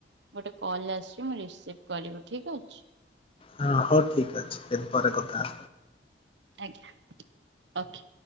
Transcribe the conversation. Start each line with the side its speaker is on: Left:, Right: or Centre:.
Right: ଗୋଟେ କଲ୍ ଆସିବି ମୁଁ ରିସିଭ୍ କରିବି ଠିକ୍ ଅଛି।
Left: ହଁ ହଉ ଠିକ ଅଛି ଦିନ ପରେ କଥା।
Right: ଆଜ୍ଞା ଓକେ।